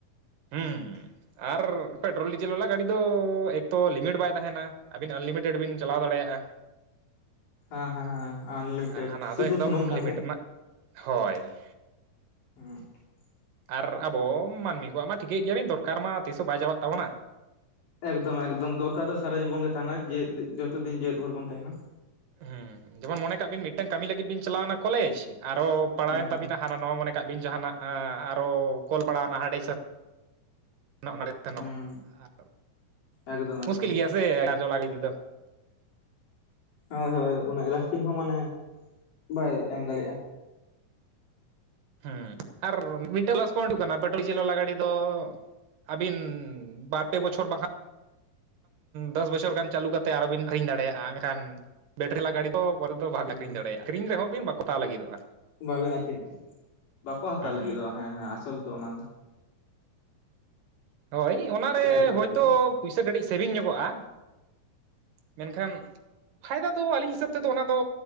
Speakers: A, on the left (about 75°); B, on the right (about 80°).
A: <unintelligible>
B: ᱦᱩᱸ ᱟᱨ ᱯᱮᱴᱨᱳᱞ ᱰᱤᱡᱮᱞ ᱣᱟᱞᱟ ᱜᱟᱹᱰᱤ ᱫᱚ ᱮᱠᱛᱚ ᱞᱤᱢᱤᱴ ᱵᱟᱭ ᱛᱟᱦᱮᱱᱟ᱾ ᱟᱹᱵᱤᱱ ᱟᱱᱞᱤᱢᱤᱴᱮᱰ ᱵᱤᱱ ᱪᱟᱞᱟᱣ ᱫᱟᱲᱮᱭᱟᱜᱼᱟ᱾
A: ᱦᱟᱸ ᱦᱟᱸ ᱦᱟᱸ ᱟᱱᱞᱤᱢᱤᱴᱮᱰ
B: ᱟᱨ ᱦᱟᱱᱟ ᱫᱚ
A: ᱥᱩᱫᱩ
B: ᱮᱠᱫᱚᱢ
A: ᱥᱩᱱᱩᱢ ᱠᱷᱟᱱ
B: ᱞᱤᱢᱤᱴ
A: ᱜᱮ,
B: ᱨᱮᱱᱟᱜ ᱦᱳᱭ᱾
A: <unintelligible>
B: ᱟᱨ ᱟᱵᱚ ᱢᱟᱹᱱᱢᱤ ᱠᱚᱣᱟᱜ ᱢᱟ ᱴᱷᱤᱠᱟᱹᱭᱮᱜ ᱜᱮᱭᱟᱵᱤᱱ ᱫᱚᱨᱠᱟᱨ ᱢᱟ ᱛᱤᱥ ᱦᱚᱸ ᱵᱟᱭ ᱪᱟᱵᱟᱜ ᱛᱟᱵᱚᱱᱟ᱾
A: ᱮᱠᱫᱚᱢ ᱮᱠᱫᱚᱢ ᱫᱚᱨᱠᱟᱨ ᱫᱚ ᱥᱟᱨᱟ ᱡᱤᱵᱚᱱ ᱜᱮ ᱛᱟᱦᱮᱱᱟ ᱡᱮ ᱡᱚᱛᱚ ᱫᱤᱱ ᱡᱮᱣᱮᱫ ᱵᱷᱚᱨ ᱵᱚᱱ ᱛᱟᱦᱮᱱᱟ ᱾
B: ᱦᱩᱸ ᱡᱮᱢᱚᱱ ᱢᱚᱱᱮ ᱠᱟᱜ ᱵᱤᱱ ᱢᱤᱫᱴᱟᱝ ᱠᱟᱹᱢᱤ ᱞᱟᱹᱜᱤᱫ ᱵᱤᱱ ᱪᱟᱞᱟᱣᱮᱱᱟ ᱠᱚᱞᱮᱡᱽ, ᱟᱨᱦᱚ ᱯᱟᱲᱟᱣᱮᱱ
A: ᱦᱩᱸ
B: ᱛᱟᱵᱤᱱᱟ ᱟᱨ ᱱᱚᱣᱟ ᱢᱚᱱᱮ ᱠᱟᱜ ᱵᱤᱱ ᱡᱟᱦᱟᱱᱟᱜ ᱟᱨᱚ ᱠᱚᱞ ᱯᱟᱲᱟᱣᱮᱱᱟ ᱦᱟᱸᱰᱮ ᱥᱮ ᱱᱚᱜᱱᱚᱲᱮ, ᱥᱮᱱᱚᱜ
A: ᱦᱩᱸ
B: ᱟᱨ
A: ᱮᱠᱫᱚᱢ ᱮᱠᱫᱚᱢ
B: ᱢᱩᱥᱠᱤᱞ ᱜᱮᱭᱟ ᱥᱮ ᱟᱨᱡᱚᱞᱟ ᱤᱫᱤ ᱫᱚ᱾
A: ᱦᱳᱭ ᱦᱳᱭ ᱩᱱᱟᱹ ᱞᱟᱥᱴᱤᱸᱜ ᱦᱚᱸ ᱢᱟᱱᱮ ᱵᱟᱭ ᱮᱢ ᱫᱟᱲᱮᱭᱟᱜᱼᱟ᱾
B: ᱦᱩᱸ ᱟᱨ ᱢᱤᱫᱴᱥᱝ ᱯᱮᱞᱟᱥᱯᱳᱭᱱᱴ ᱦᱩᱭᱩᱜ ᱠᱟᱱᱟ ᱰᱤᱡᱮᱞ ᱣᱟᱞᱟ ᱜᱟᱹᱰᱤ ᱫᱚ ᱟᱹᱵᱤᱱ ᱵᱟᱨ ᱯᱮ ᱵᱚᱪᱷᱚᱨ ᱵᱟᱝ ᱠᱷᱟᱱ ᱫᱚᱥ ᱵᱚᱪᱷᱚᱨ ᱜᱟᱱ ᱪᱟᱹᱞᱩ ᱠᱟᱛᱮᱫ ᱟᱨᱚ ᱵᱤᱱ ᱟᱹᱠᱷᱨᱤᱧ ᱫᱟᱲᱮᱭᱟᱜᱼᱟ ᱢᱮᱱᱠᱷᱟᱱ ᱵᱮᱴᱨᱤ ᱣᱟᱞᱟ ᱜᱟᱹᱰᱤ ᱫᱚ ᱯᱚᱨᱮ ᱫᱚ ᱵᱟᱢ
A: ᱦᱮᱸ
B: ᱵᱮᱱ ᱟᱠᱷᱨᱤᱧ ᱫᱟᱲᱮᱭᱟᱜᱼᱟ ᱟᱹᱨᱤᱧ ᱨᱮᱦᱚᱸ ᱵᱤᱱ ᱵᱟᱠᱚ ᱦᱟᱛᱟᱣ ᱞᱟᱹᱜᱤᱫᱚᱜᱼᱟ᱾
A: ᱵᱟᱹᱵᱤᱱ ᱟᱹᱷᱨᱤᱧ ᱫᱟᱲᱮᱼᱟ, ᱵᱟᱠᱚ ᱦᱟᱛᱟᱣ
B: ᱦᱩᱸ
A: ᱞᱟᱹᱜᱤᱫᱚᱜᱼᱟ, ᱦᱮᱸ ᱦᱮᱸ ᱟᱥᱚᱞ ᱫᱚ ᱚᱱᱟᱸ
B: ᱦᱳᱭ ᱚᱱᱟᱨᱮ
A: ᱮᱠᱫᱚᱢ
B: ᱦᱳᱭᱛᱳ
A: ᱮᱠᱫᱚᱢ
B: ᱯᱩᱭᱥᱟᱹ ᱠᱟᱹᱴᱤᱡ ᱥᱮᱵᱤᱝ ᱧᱚᱜᱚᱜᱼᱟ᱾ ᱢᱮᱱᱠᱷᱟᱱ ᱯᱷᱟᱭᱫᱟ ᱫᱚ ᱟᱹᱞᱤᱧ ᱦᱤᱥᱟᱹᱵ ᱛᱮᱫᱚ ᱚᱱᱟ ᱫᱚ